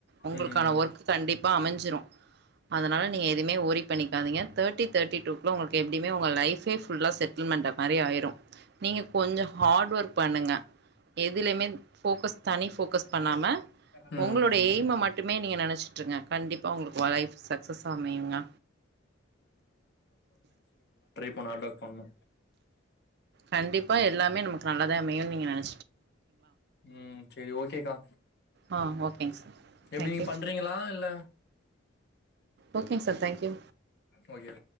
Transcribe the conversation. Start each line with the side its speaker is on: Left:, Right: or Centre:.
Right: உங்களுக்கான
Left: ம்
Right: ஒர்க் கண்டிப்பா அமஞ்சிரு அதனால நீங்க எதுமே ஓரி பண்ணிகாதிங்க தேட்டி தேட்டி குள்ள உங்கள்க்கு எப்டிமே உங்க லைஃபே ஃபுல்லா செட்ல்மெண்ட மாரி ஆயிரூ நீங்க கொஞ்ச ஹாட் ஒர்க் பண்ணுங்க எதுலமே ஃபோக்கஸ் தனி ஃபோக்கஸ் பண்ணாம
Left: ம்
Right: உங்களுடைய எய்ம மட்டுமே நீங்க நனச் ட்ருங்க கண்டிப்பா உங்ளுக்கு ஒ லைஃப் சக்சஸா அமையுங்க
Left: போனு ஆட பண்ணு
Right: கண்டிப்பா எல்லாமே நமக்கு நல்லதா அமையு நீங்க நன
Left: ம் செரி ஓக்கேக்கா
Right: ஆ ஓகேங் சார்
Left: எப்டி
Right: தேங்க்யூ
Left: நீ பண்றீகளா இல்ல
Right: okay sir thank you
Left: okay